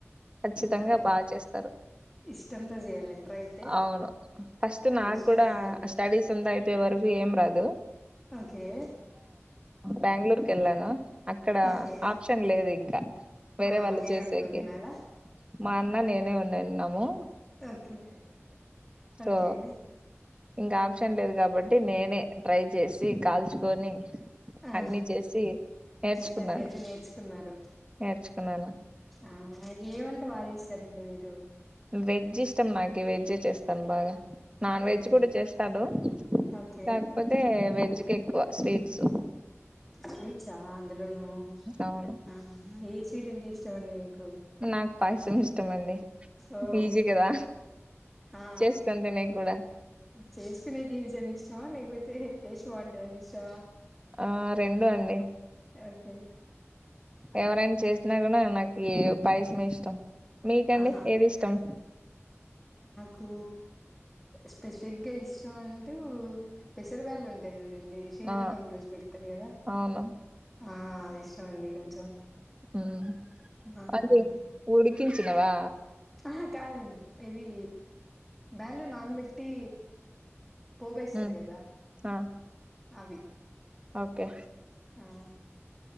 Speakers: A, on the right; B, in the centre.
A: ఖచ్చితంగా
B: ఆ
A: బాగ చేస్తారు.
B: ఇష్టంతో చేయాలండి ట్రై అయితే
A: అవును ఫస్ట్ నాక్
B: ఇష్టపడతాండి
A: కూడా స్టడీస్ ఉందయిపోయే వరకు ఏం రాదు. దో
B: ఓకే
A: బ్యాంగ్ళూరుకి. కెళ్ళానా అక్కడా
B: ఓకే
A: ఆప్షన్ లేద్ ఇంకా. వేరే
B: ఆ
A: వాళ్ళు
B: మీరే
A: చేసేకి.
B: వండుకొని తినాలా
A: మా అన్నా నేనే ఉన్నెన్నామూ.
B: ఓకే
A: సో
B: ఓకే
A: ఇంకా ఆప్షన్ లేదు కాబట్టి, నేనే ట్రై చేసి కాల్చుకొని.
B: ఆ
A: అన్ని చేసి నేర్చుకున్నాను
B: మొత్తానికయితే నేర్చుకున్నారు.
A: నేర్చుకున్నాను
B: ఆ ఏవం ట బాగ చేసారండి మీరూ.
A: వెజ్ ఇష్టం నాకి, వెజ్జే చేస్తాన్ బాగా. నాన్
B: ఓకే
A: వెజ్ కూడా చేస్తాడు
B: ఓకే
A: కాకపోతే వెజ్ కే స్వీట్సు
B: స్వీట్స్ ఆ అందులోను
A: అవును
B: ఆ స్వీట్ అంటే ఇష్టంమండి మీకు
A: నాకు పాయసం ఇష్ ఇష్టమండి
B: ఓ
A: ఈజీ కదా
B: ఆ
A: చేసుకొని తినేకి కూడా
B: చేసుకునేకి ఈజి అని ఇష్టమా లేకపోతే టేస్ట్ బాగుంటదని ఇష్ టం
A: ఆ రెండూ అండి
B: ఓకే
A: ఎవరైనా చేసినా కూడా నాకి పాయసమే ఇష్టం మీకండి
B: ఆహా
A: ఏది ఇష్టం
B: కు స్పెసిఫిక్ గా ఇష్టం అంటూ పెసర్ బ్యాల్ ఉంటాయి చూ డండి శ్రీరాంనవమి
A: ఆ
B: రోజు పెడతరు కదా
A: అవును
B: ఆ అది ఇష్టంమండి కొం
A: మ్మ్
B: ఆ
A: అది ఉడికించి గదా
B: ఆహ కాదండి ఇది బ్యాల్లు నానబెట్టి పోబుయేస్సరు
A: ఉమ్
B: కదా
A: ఆ
B: అవి
A: ఓకే
B: ఆ